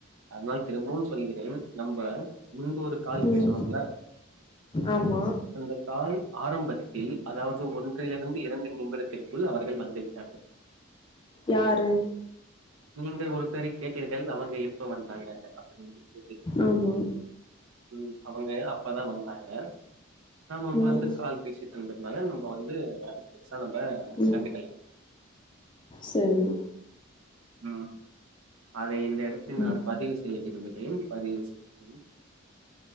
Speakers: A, on the right; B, on the left.
A: அதனால் திரும்பவும் சொல்கிறேன் நம்ப முன்பு ஒரு கால்
B: ம்
A: பேசணோம்ல்ல
B: ஆமா
A: அந்த கால் ஆரம்பத்தில் அதாவது ஒன் றிலிருந்து இரண்டு நிமிடத்திற்குள் அவர்கள் வந்துவிட்டார்கள்
B: யாரு
A: நீங்க ஒரு சரி கேட்டீர்கள் அவங்க எப்ப வந்தாங்க அப்படின்னு கேட்டீர்கள்
B: ஆமா
A: உம் அவங்க அப்பதா வந்தாங்க நம்ம நாம
B: ம்
A: வந்து கால் பேசிருந்ததுனால நம்ம வந்து அ பெதுசா நம்ம
B: ம்
A: கண்டுக்கல
B: சரி
A: உம் அதே இடத்தில் நான்
B: ம்
A: பதிவு செய்ய விரும்புகிறேன் பதிவு செய்